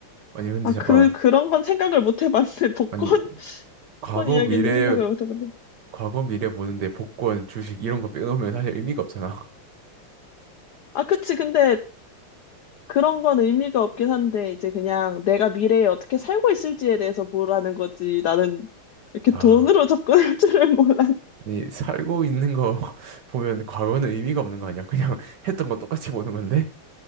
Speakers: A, on the right; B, on the left.
A: 아니, 근데
B: 아,
A: 잠깐만.
B: 그 그런 건 생각을 못 해봤네. <laughs> 복권
A: 아니, 과거
B: 복권 이야기는
A: 미래,
B: 생각을 못 해봤네.
A: 과거 미래 보는데 복권, 주식 이런 거 빼놓으면 사실 의미가 없잖아.
B: 아, 그치. 근데 그런 건 의미가 없긴 한데 이제 그냥 내가 미래에 어떻게 살고 있을지에 대해서 보라는 거지. 나는 이렇게
A: 아,
B: 돈으로 접근할 <laughs> 줄을 몰랐.
A: 아니, 살고 있는 거 <laughs> 보면 과거는 의미가 없는 거 아니야? 그냥 <laughs> 했던 거 똑같이 보는 건데?